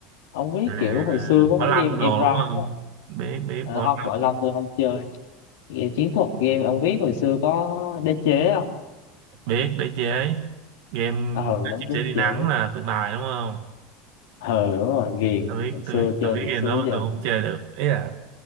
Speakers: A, on the left; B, on the right.
A: ông biết
B: À,
A: kiểu hồi xưa có
B: Võ
A: cái
B: Lâm
A: game Em
B: đồ
A: Rai
B: đúng không?
A: á.
B: Biết biết
A: à,
B: Võ
A: không
B: Lâm
A: Võ Lâm tôi không chơi game chiến thuật game ông biết hồi xưa có đế chế không
B: biết đế chế game
A: ờ
B: các
A: đánh
B: chim
A: đế
B: sẻ đi
A: chế
B: nắng là tượng đài đúng không
A: ờ đúng rồi ghiền
B: tôi biết
A: hồi xưa
B: tôi biết
A: chơi
B: tôi biết
A: hồi
B: game
A: xưa
B: đó
A: tới
B: mà
A: giờ
B: tôi không chơi được ý là